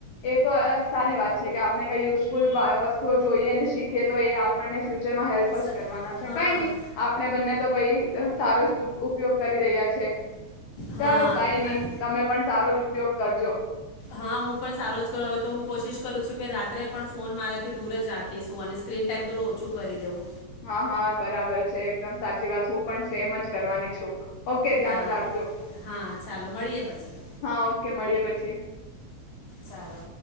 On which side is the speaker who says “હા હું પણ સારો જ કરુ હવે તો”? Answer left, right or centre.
Left